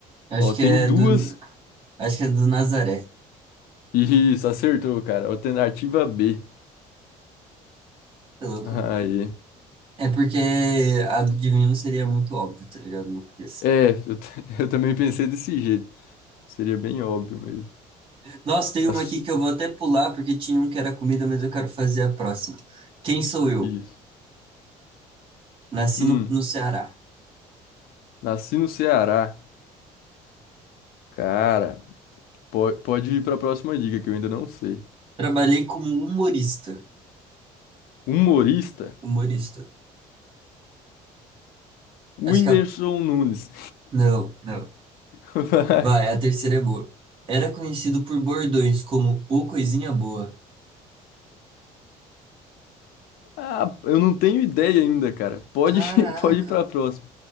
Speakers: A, on the right; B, on the left.
A: Acho
B: Ó, tem
A: que é
B: duas.
A: do, acho que é do Nazaré.
B: Isso, acertou, cara. Alternativa B.
A: Tá louco?
B: Aí.
A: É porque a do Divino seria muito óbvio, tá ligado? Não podia ser.
B: É, eu, t- <laughs> eu também pensei desse jeito. Seria bem óbvio mesmo.
A: Nossa, tem
B: Tá
A: uma
B: su-
A: aqui que eu vou até pular porque tinha um que era comida, mas eu quero fazer a próxima. Quem sou eu?
B: Isso.
A: Nasci
B: Hum.
A: no, no Ceará.
B: Nasci no Ceará. Cara, po- pode ir para a próxima dica que eu ainda não sei.
A: Trabalhei como humorista.
B: Humorista?
A: Humorista.
B: Whindersson
A: Acho que a...
B: Nunes.
A: Não, não.
B: <laughs> Vai.
A: Vai, a terceira é boa. Era conhecido por bordões como o Coisinha Boa.
B: Ah, eu não tenho ideia ainda, cara. Pode,
A: Caraca.
B: <laughs> pode ir para a próxima.